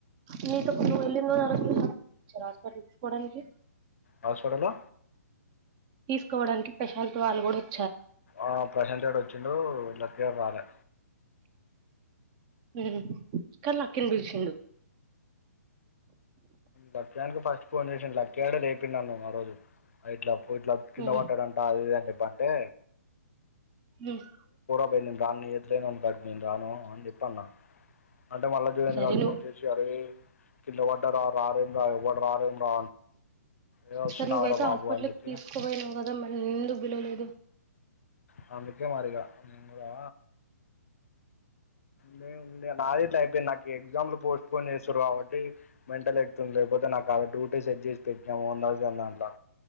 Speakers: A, on the right (about 30°); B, on the left (about 55°).
A: నీతో నువ్వు వెళ్ళిన రోజు ఆ చలా చర హాస్పిటల్ కి తీసుకుపోవడానికి
B: హాస్పిటల్లో
A: తీసుకోవడానికి ప్రశాంత వాల్ కూడా వచ్
B: ఆ ప్రశాంత్ గడు వచ్చిండు లక్కీ గాడు రాలే
A: ఉమ్ కానీ లక్కీని పిలుచుండు
B: లక్కీ దనికి ఫస్ట్ ఫోన్ చేసిన్డు లక్కీ గాడే లేపిండు నన్ను ఆ రోజు ఇట్లా ఇట్లా కింద
A: ఉమ్
B: పడ్డాడంట అది ఇది అని చోప్ బంటే
A: ఉమ్మ్
B: ఎ గని లేస్తంట్ నేను రాను అని చెప్పన్న అంటే మళ్ళా దేవేంద్ర
A: సరే
B: గడు
A: నువ్వు
B: ఫోన్ చేసి అరే కింద పడ్డారా రార్ ఏమి రా ఎవ్వరు రార్ ఏం రా ఏ వస్తున్నావురా
A: సర్ నువ్వుయతే
B: బాబు
A: హాస్పిటల్
B: అని చెప్పి
A: తీసుకో పోయినవ్ కదా మళ్లీ నిన్ను ఎందుకు పిలవలేదు
B: అ అందుకే మారిగ నేను కూడా నిన్ ఇంకా అదే గిట్ల అయిపోయింది నాక్ ఎగ్జామ్లు పోస్ట్ పోన్ చేస్తుర్రు కాబట్టి మెంటల్ ఏక్ లేకపోతే నాకు అ డ్యూటీ సెట్ చేసి పెట్టనా మోహన్ దాస్ గాని దాంట్ల